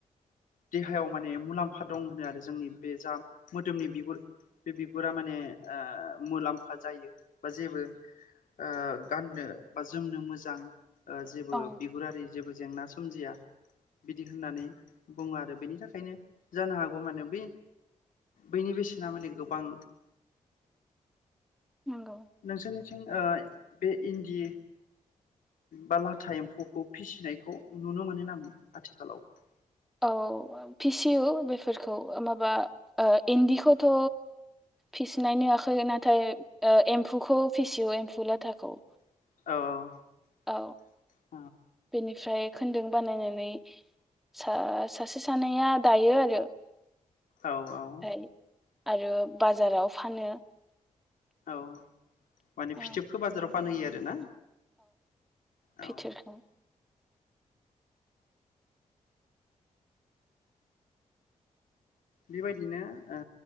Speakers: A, on the left (about 85°); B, in the centre.
A: देहायाव माने मुलाम्फा दं होनो आरो जोंनि बे जा मोदोमनि बिगुर बे बिगुरा माने ओ मुलाम्फा जायो बा जेबो ओ गाननो बा जोमनो मोजां। ओ जेबो
B: औ
A: बिगुरारि जेबो जेंना सोमजिया बिदि होननानै बुङो आरो बेनि थाखायनो जानो हागौ माने बे बैनि बेसेना माने गोबां
B: नंगौ
A: नोंसोरनिथिं ओ बे इन्डि बा लाथा एम्फौखौ फिसिनायखौ नुनो मोनो ना मोना आथिखालावबो
B: औ फिसियो बेफोरखौ ओ माबा ओ इन्दिखौथ फिसिनाय निवाखै नाथाय एम्फौखौ फिसियो एम्फौ लाथाखौ
A: अ
B: औ बेनिफ्राय खोन्दों बानायनानै सा सासे सानैया दायो आरो
A: औ औ
B: ओमफ्राय आरो बाजाराव फानो
A: औ माने
B: औ
A: फिथोबखो बाजाराव फानहैयो आरोना औ
B: फिथोरखो
A: बेबायदिनो ओ